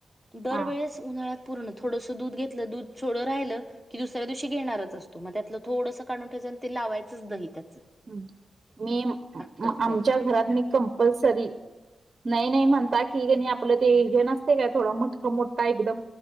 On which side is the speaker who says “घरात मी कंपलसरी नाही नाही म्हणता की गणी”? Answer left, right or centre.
Right